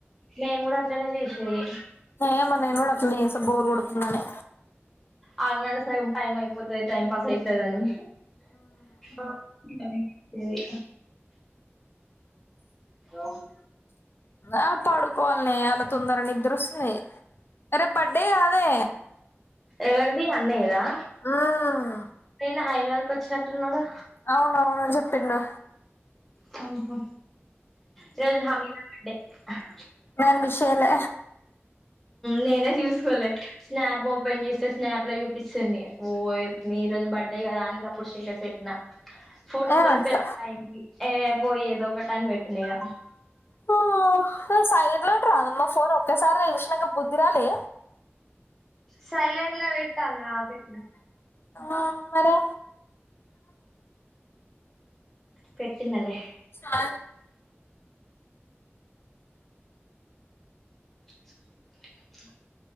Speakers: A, in the centre; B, on the left.
A: మేము కూడా అట్లనే చేసేది
B: ఏమో నేను కూడా అట్లన్నే చేస్తా బోరు కొడుతుందాని
A: ఆనన్నగా సగం టైం అయిపోతది టైం పాస్ ఐతదని ఆ ఇంగ మీకీ ఇది అవును
B: ఆ పాడుకోవాలని అలా తొందర నిద్ర వస్తుంది రేపు బర్డే కాదే
A: ఎవరిది అన్నయదా
B: మ్మ్
A: నిన్న హైదరాబాద్ కు వచ్చినట్టున్నాడు
B: అవునువును చెప్పిండు
A: హ్మ్ హు ఈరోజు హమీద బర్త్డే హ్
B: నాన్ విష్ చేయలే
A: నేనే చూసుకోలే స్నాప్ ఓపెన్ చేస్తే స్నాప్ లో చూపిస్తుంది ఓ ఈ రోజు బర్త్డే గదాని గప్పుడు స్టేటస్ పేట్టిన ఫోటో
B: ఏమంట
A: దరుకుతది టైం కి ఏ పోయి ఏదో ఒక టన్ పేట్నీఇగా
B: హ ఆ సైడ్లేట్ రా మా ఫోన్ ఒకసారి చేసినాక బుద్ధిరాలే
A: సైలెంట్లా పెట్టాల పెట్టిన
B: ఆ హలో
A: పెట్టినలే
B: ఆ
A: ఆ